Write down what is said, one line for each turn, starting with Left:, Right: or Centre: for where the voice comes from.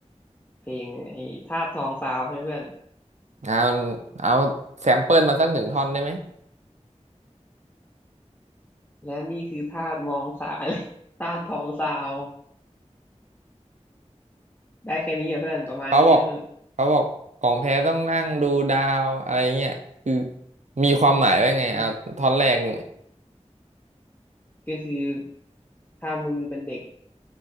Left: เพลงไอ้ธาตุทองซาวใช่ไหมเพื่อน
Right: อ่ามันเอาแซมเปิลมาสักหนึ่งท่อนได้ไหม
Left: และนี่คือธาตุมองสาเลย <laughs> ธาตุทองซาวได้แค่นี้อะเพื่อนประมาณนี้อะเพื่อน
Right: เขาบอกเขาบอกของแท้ต้องนั่งดูดาวอะไรเงี้ยคือมีความหมายว่าไงอ่าท่อนแรกเนี่ย
Left: อืมก็คือถ้ามึงเป็นเด็ก